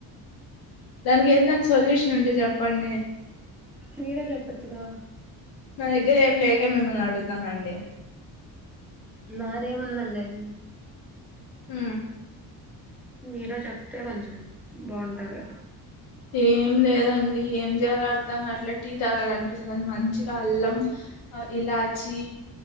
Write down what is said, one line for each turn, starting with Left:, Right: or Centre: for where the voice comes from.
Left: దానికి ఎందన్నా సొల్యూషన్ ఉంటే చెప్పండి
Centre: మీరే చెప్పొచ్చుగా
Left: నా దగ్గర ఏం లేక మిమ్మల్ని అడుగుతాంనండి
Centre: నాదేముందండి
Left: హ
Centre: మీరో చెప్తే కొంచెం బాగుంటుంది
Left: ఏం లేదండి ఏం చేయాల అడతాం అట్లా టీ తాగాల అనిపిస్తుంది మంచిగా అల్లం ఇలాయచి